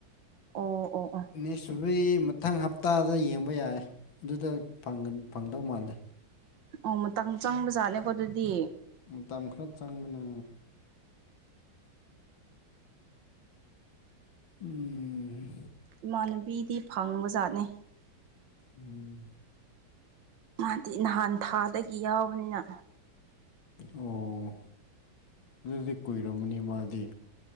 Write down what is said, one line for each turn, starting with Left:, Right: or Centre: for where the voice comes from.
Right: ꯑꯣ ꯑꯣ ꯑꯣ
Left: ꯅꯤ ꯑꯗꯨꯏ ꯃꯊꯪ ꯍꯞꯇꯥꯗ ꯌꯦꯡꯕ ꯌꯥꯏ ꯑꯗꯨꯗ ꯐꯪꯗꯧ ꯃꯥꯜꯂꯦ
Right: ꯑꯣ ꯃꯇꯝ ꯆꯪꯕ ꯖꯥꯠꯅꯦꯀꯣ ꯑꯗꯨꯗꯤ
Left: ꯃꯇꯝ ꯈꯔ ꯆꯪꯕꯅꯦ ꯎꯝ
Right: ꯏꯃꯥꯟꯅꯕꯤꯗꯤ ꯐꯪꯕꯖꯥꯠꯅꯦ
Left: ꯎꯝ
Right: ꯃꯥꯗꯤ ꯅꯍꯥꯟ ꯊꯥꯗꯒꯤ ꯌꯥꯎꯕꯅꯤꯅ
Left: ꯑꯣ ꯑꯗꯨꯗꯤ ꯀꯨꯏꯔꯝꯃꯅꯤ ꯃꯥꯗꯤ